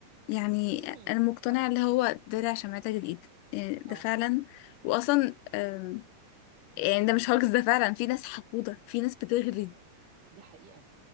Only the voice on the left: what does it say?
يعني
انا مقتنعة
اللي هو درع شمعتك الايد آه، ده
فعلا واصلا آم، يعني ده مش هاجس ده فعلا في ناس حقودة في ناس بتغري